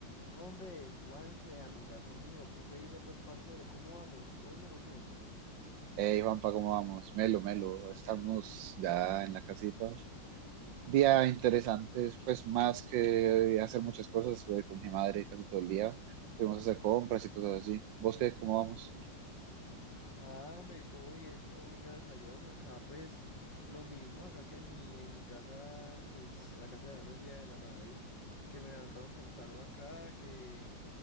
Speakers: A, on the left; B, on the right.
A: Hombre, Juanse, amigazo mío, ¿qué se dice pues, parcero? ¿Cómo vamos? ¿Todo bien o qué?
B: Hey Juanpa, ¿cómo vamos? Melo, Melo, estamos ya en la casita. Día interesante, pues más que hacer muchas cosas, estuve con mi madre casi todo el día, fuimos a hacer compras y cosas así. ¿Vos qué, cómo vamos?
A: Ah, hombre, todo bien, todo bien, gracias a Dios. Acá pues lo mismo, acá que en mi, en mi casa, pues acá celebrando el Día de la Madre, que me levantaron temprano acá, que